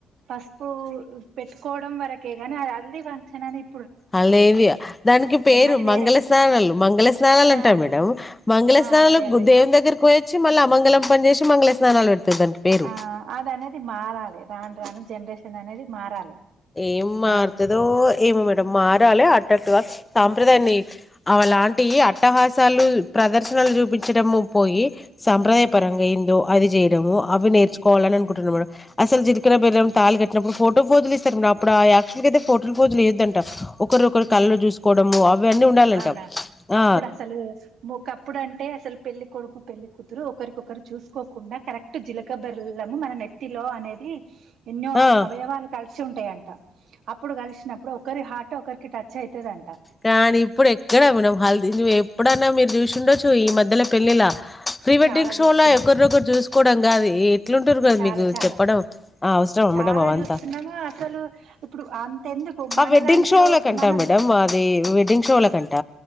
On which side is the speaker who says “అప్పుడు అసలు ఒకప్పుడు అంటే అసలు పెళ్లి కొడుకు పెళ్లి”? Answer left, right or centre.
Right